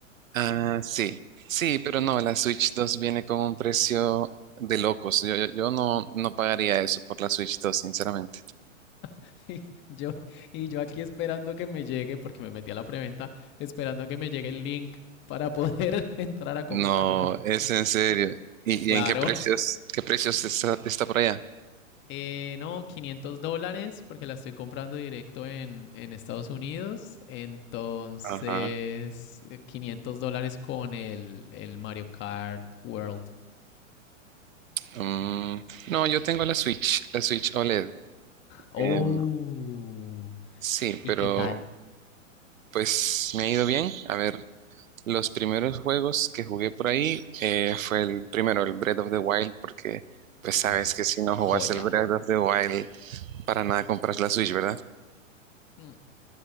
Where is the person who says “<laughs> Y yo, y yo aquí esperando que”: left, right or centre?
Left